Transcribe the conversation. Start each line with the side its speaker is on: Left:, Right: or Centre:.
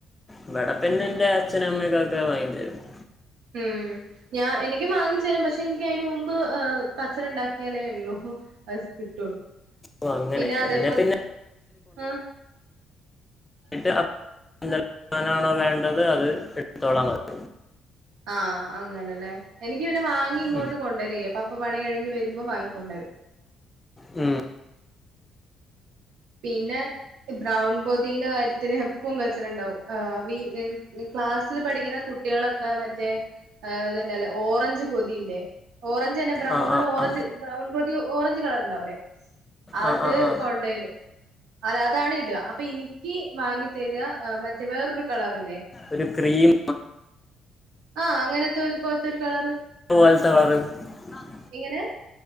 Left: ഇവിടെ പിന്നെ
Right: ഉം
Left: എന്റെ അച്ഛനും അമ്മയ്ക്കൊക്കെ വാങ്ങി തരുന്നു
Right: ഉം ഞാൻ എനിക്കും വാങ്ങിച്ച് തരും പക്ഷെ എനിക്ക് അതിന് മുമ്പ് ഏഹ് കച്ചറ ഉണ്ടാക്കിയാലേ ഉള്ളു അത് കിട്ടുള്ളൂ
Left: ഓ അങ്ങനെ
Right: പിന്നെ അതേ
Left: എന്നെ
Right: പോലെ
Left: പിന്നെ
Right: ആഹ്
Left: <unintelligible> ആണോ വേണ്ടത് അത് എടുത്തോളാ <unintelligible>
Right: ആഹ് അങ്ങനെല്ലേ, എനിക്കി പിന്നെ വാങ്ങി ഇങ്ങോട്ട്
Left: ഉം.
Right: കൊണ്ടെരെയ് അപ്പ പണി കഴിഞ്ഞ് വരുമ്പോ വാങ്ങിക്കൊണ്ടരും
Left: ഉം
Right: പിന്നെ ബ്രൗൺ പൊതിന്റെ കാര്യത്തിന് എപ്പും കച്ചറണ്ടാവും ആഹ് വീ വി ക്ലാസ്സിൽ പഠിക്കുന്ന കു കുട്ടിയേളൊക്കെ മറ്റേ ഏഹ് ഇത്ണ്ടല്ലൊ ഓറഞ്ച് പൊതില്ലെ ഓറഞ്ച് തന്നെ ബ്രൗണിൽ
Left: ആ ആ
Right: ഓറഞ്ച്
Left: ആ
Right: ബ്രൗൺ പൊതി ഓറഞ്ച് കളർ ഉണ്ടാവുലേ അത്
Left: ആ ആ ആ
Right: തരും അത് അതാണ് ഇട അപ്പൊ ഇനിക്ക് വാങ്ങി തര ഏഹ് മറ്റേ വേറൊരു കളറില്ലേ.
Left: ഒരു ക്രീം
Right: ആഹ് അങ്ങനത്തെ ഒരു പോലത്തെ ഒരു കളറ്
Left: <unintelligible> വാൽത്ത കളറ് അഹ്
Right: ഇങ്ങനെ